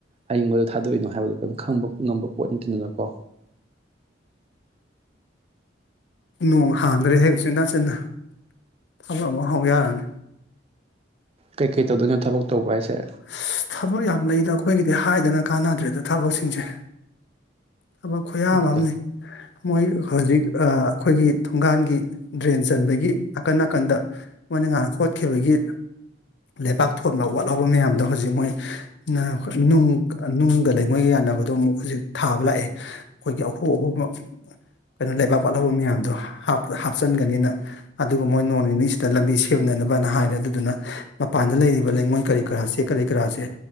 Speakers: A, on the right; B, on the left.
A: ꯑꯌꯤꯡꯕꯗ ꯊꯥꯗꯣꯛꯏꯅꯣ ꯍꯥꯏꯕꯗꯣ ꯀꯩꯝ ꯈꯪꯕ ꯉꯝꯕ ꯄꯣꯠ ꯅꯠꯇꯦꯗꯅꯀꯣ
B: ꯅꯣꯡ ꯍꯥꯡꯈ꯭ꯔꯦꯍꯦ ꯎꯆꯤꯟ ꯅꯥꯆꯤꯟꯅ ꯊꯕꯛ ꯑꯃꯨꯛ ꯍꯧ ꯌꯥꯔꯅꯤ
A: ꯀꯩ ꯀꯩ ꯇꯧꯗꯣꯏꯅꯣ ꯊꯕꯛ ꯇꯧꯕ ꯍꯥꯏꯁꯦ
B: ꯑꯁ ꯊꯕꯛ ꯌꯥꯝ ꯂꯩꯗ ꯑꯩꯈꯣꯏꯒꯤꯗꯤ ꯍꯥꯏꯗꯅ ꯀꯥꯟꯅꯗ꯭ꯔꯦꯗ ꯊꯕꯛꯁꯤꯡꯁꯦ ꯊꯕꯛ ꯈꯨꯌꯥꯝ
A: ꯅꯠꯇꯦꯗ
B: ꯑꯃꯅꯤ ꯃꯣꯏ ꯍꯧꯖꯤꯛ ꯑꯩꯈꯣꯏꯒꯤ ꯊꯣꯡꯒꯥꯟꯒꯤ ꯗ꯭ꯔꯦꯟ ꯆꯟꯕꯒꯤ ꯅꯥꯀꯟ ꯅꯥꯀꯟꯗ ꯃꯣꯏꯅ ꯅꯍꯥꯟ ꯈꯣꯠꯈꯤꯕꯒꯤ ꯂꯩꯕꯥꯛ ꯊꯣꯟꯕ ꯋꯥꯠꯍꯧꯕ ꯃꯌꯥꯝꯗꯣ ꯍꯧꯖꯤꯛ ꯃꯣꯏ ꯅꯨꯡ ꯅꯨꯡꯒ ꯂꯩꯉꫭꯏꯒ ꯌꯥꯟꯅꯕꯗꯣ ꯑꯃꯨꯛ ꯍꯧꯖꯤꯛ ꯊꯥꯕ ꯂꯥꯛꯑꯦ ꯑꯩꯈꯣꯏꯒꯤ ꯑꯍꯣ ꯑꯍꯣꯕ ꯀꯩꯅꯣ ꯂꯩꯕꯥꯛ ꯋꯥꯠꯍꯧꯕ ꯃꯌꯥꯝꯗꯣ ꯍꯥꯞꯆꯤꯟꯒꯅꯤꯅ ꯑꯗꯨꯒ ꯃꯣꯏ ꯅꯣꯡꯅꯤꯅꯤꯁꯤꯗ ꯂꯝꯕꯤ ꯁꯦꯝꯅꯅꯕꯅ ꯍꯥꯏꯔꯦ ꯑꯗꯨꯗꯨꯅ ꯃꯄꯥꯟꯗ ꯂꯩꯔꯤꯕ ꯂꯩꯉꯣꯏ ꯀꯔꯤ ꯀꯔꯥꯁꯦ ꯀꯔꯤ ꯀꯔꯥꯁꯦ